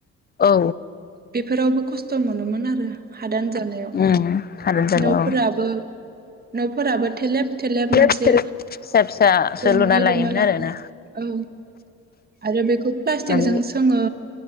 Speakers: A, on the left (about 30°); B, on the right (about 30°).
A: औ
B: बेफोरावबो खस्थ' खस्थ' मोनोमोन आरो हादान जानायाव
A: ओम हादान जानाय
B: न'फोराबो
A: औ
B: न'फोराबो थेलेब थेलेब
A: फिसा
B: मोनसे
A: फिसासो
B: गंनै
A: लायोमोन
B: लुना लानो
A: आरोना
B: औ आरो बेखौ प्लास्टिकजों
A: मानि
B: सोंङो